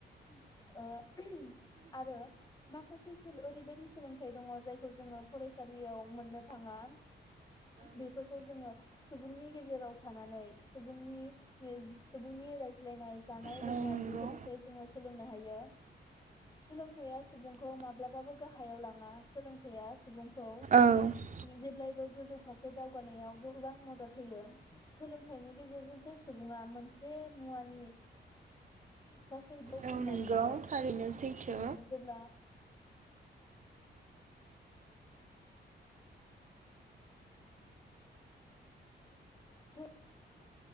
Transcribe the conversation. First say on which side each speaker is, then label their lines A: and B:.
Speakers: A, on the left; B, on the right.
A: ओम ओ आरो माखासे सोलो ओरैबायदि सोलोंथाइ दङ जायखौ जोङो फरायसालियाव मोननो थाङा। बेफोरखौ जोङो सुबुंनि गेजेराव थानानै सुबुंनि सुबुंनि रायज्लायनाय जानाय
B: औ
A: लोंनाय
B: नंगौ
A: बेफोरनिफ्राय जोङो सोलोंनो हायो सोलोंथाइया सुबुंखौ माब्लाबाबो गाहायाव लाङा सोलोंथाइया सुबुं खौ
B: औ
A: जेब्लायबो गोजौ फारसे दावगानायाव गोबां मदद होयो सोलोंथाइनि गेजेरजोंसो सुबुङा मोनसे मुवानि <inaudible> गासैबो
B: औ
A: बुजिनानै
B: नंगौ
A: मोनो
B: थारैनो सैथो
A: जेब्ला जो